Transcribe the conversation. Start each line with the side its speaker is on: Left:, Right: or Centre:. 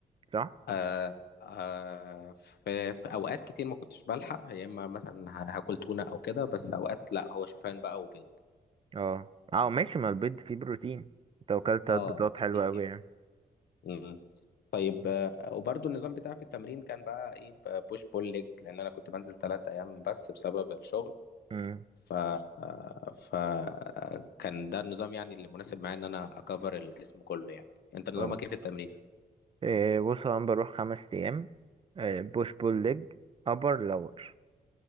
Right: صح
Left: آه... آه... في... في أوقات كتير ما كنتش بلحق يا إما مثلا ه- هاكل تونة أو كده بس أوقات لأ هو شوفان بقى وبيض
Right: اه اه ماشي ما البيض فيه بروتين انت اكلت ثلاث
Left: اه
Right: بيضات
Left: الخفيف
Right: حلوه قوي
Left: يعني
Right: يعني
Left: مم. طيب آه، وبرضو النظام بتاعي في التمرين كان بقى ايه بوش بول ليج لان انا كنت بنزل ثلاث ايام بس بسبب الشغل
Right: امم
Left: ف آه، ف آه، كان ده النظام يعني اللي مناسب معايا ان انا اكفر الجسم كله يعني انت نظامك
Right: اه
Left: ايه في التمرين
Right: إيه، بص انا بروح خمس ايام إيه، بوش بول ليج ابر لور